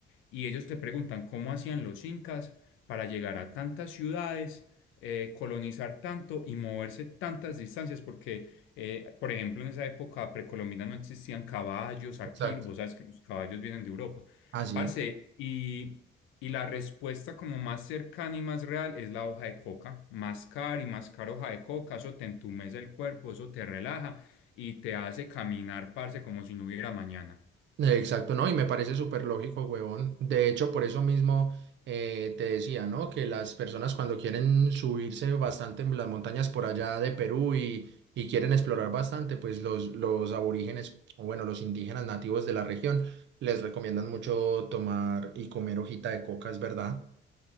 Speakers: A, on the left; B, on the right.
A: y ellos se preguntan cómo hacían los incas para llegar a tantas ciudades, eh, colonizar tanto y moverse tantas distancias, porque, eh, por ejemplo, en esa época precolombina no existían caballos aquí,
B: Exacto.
A: vos sabes que los caballos vienen de Europa.
B: Así
A: Parce,
B: es.
A: y, y la respuesta como más cercana y más real es la hoja de coca. Mascar y mascar hoja de coca, eso te entumece el cuerpo, eso te relaja y te hace caminar, parce, como si no hubiera mañana.
B: Exacto, ¿no? Y me parece súper lógico, huevón. De hecho, por eso mismo eh, te decía, ¿no? Que las personas cuando quieren subirse bastante en las montañas por allá de Perú y, y quieren explorar bastante, pues los, los aborígenes, o bueno, los indígenas nativos de la región, les recomiendan mucho tomar y comer hojita de coca, es verdad.